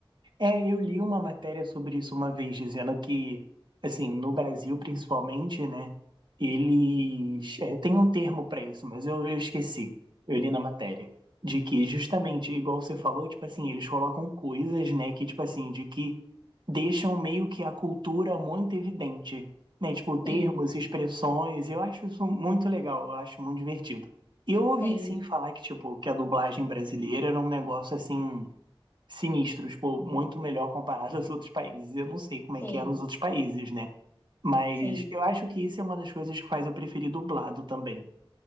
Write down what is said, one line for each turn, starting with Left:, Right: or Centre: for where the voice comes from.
Right: É, eu li uma matéria sobre isso uma vez, dizendo que, assim, no Brasil principalmente, né, eles. É, tem um termo para isso, mas eu, eu esqueci. Eu li na matéria. De que, justamente, igual você falou, tipo assim, eles colocam coisas, né, que, tipo assim, de que deixam meio que a cultura muito evidente, né, tipo, termos,
Left: Sim,
Right: expressões. Eu acho isso muito legal, eu acho muito divertido. Eu ouvi,
Left: sim,
Right: sim, falar que, tipo, que a dublagem brasileira era um negócio assim sinistros, pô, muito melhor comparado aos outros países. Eu não sei como é
Left: sim,
Right: que é nos outros países, né? Mas
Left: sim.
Right: eu acho que isso é uma das coisas que faz eu preferir dublado também.